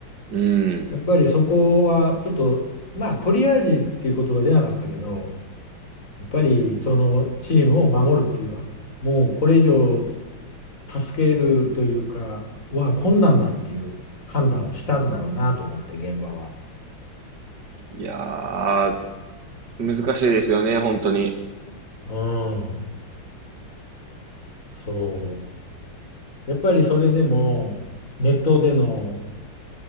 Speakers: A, on the right; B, on the left.
A: うん。
B: やっぱりそこはちょっと、まあ、トリアージっていう言葉出なかったけど、やっぱりそのチームを守るっていう、もうこれ以上助けるというか、は困難だっていう判断をしたんだろうなと思って、現場は。
A: いやー、難しいですよね、本当に。
B: うん、そう。やっぱりそれでも、ネットでの